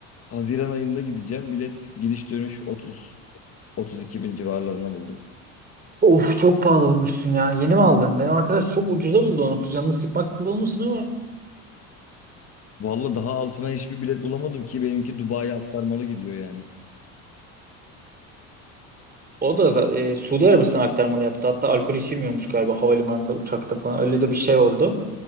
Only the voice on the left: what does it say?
Haziran ayında gideceğim. Bilet gidiş dönüş 30 32 bin civarlarına buldum.
Vallahi daha altına hiçbir bilet bulamadım ki benimki Dubai'ye aktarmalı gidiyor yani.